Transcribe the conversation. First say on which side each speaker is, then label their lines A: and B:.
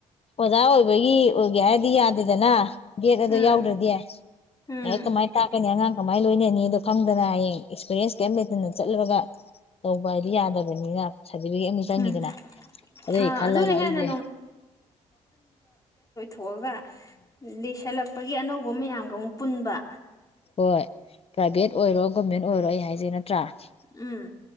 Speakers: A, on the left (about 45°); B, on the left (about 25°).
A: ꯑꯣꯖꯥ ꯑꯣꯏꯕꯒꯤ ꯑꯣꯏꯒꯦ ꯍꯥꯏꯗꯤ ꯌꯥꯗꯦꯗꯅ ꯗꯒꯦꯠ ꯑꯗꯨꯗꯣ
B: ꯎꯝ
A: ꯌꯥꯎꯗ꯭ꯔꯗꯤ
B: ꯎꯝ
A: ꯂꯥꯏꯔꯤꯛ ꯀꯃꯥꯏꯅ ꯇꯥꯛꯀꯅꯤ ꯑꯉꯪ ꯀꯃꯥꯏꯅ ꯂꯣꯏꯅꯅꯤꯗꯣ ꯈꯪꯗꯅ ꯍꯌꯦꯡ ꯑꯦꯛꯁꯄꯤꯔꯤꯌꯦꯟꯁ ꯀꯩꯝ ꯂꯩꯇꯅ ꯆꯠꯂꯒ ꯇꯧꯕ ꯍꯥꯏꯗꯤ ꯌꯥꯗꯕꯅꯤꯅ ꯁꯥꯔꯇꯤꯐꯤꯀꯦꯠ ꯑꯃ ꯆꯪꯈꯤꯗꯅ
B: ꯎꯝ
A: ꯑꯗꯨꯒꯤ
B: ꯑꯥ
A: ꯈꯜꯂꯒ
B: ꯑꯗꯨꯅ
A: ꯑꯩꯁꯦ
B: ꯍꯦꯟꯅ ꯍꯒ ꯂꯤꯁꯂꯛ ꯑꯩꯒꯤ ꯑꯅꯧꯕ ꯃꯌꯥꯝꯒ ꯑꯃꯨꯛ ꯄꯨꯟꯕ
A: ꯍꯣꯏ ꯄ꯭ꯔꯥꯏꯚꯦꯠ ꯑꯣꯏꯔꯣ ꯒꯣꯔꯃꯦꯟ ꯑꯣꯏꯔꯣ ꯑꯩ ꯍꯥꯏꯖꯩ ꯅꯠꯇ ꯭ꯔ ꯑꯗꯨ
B: ꯎꯝ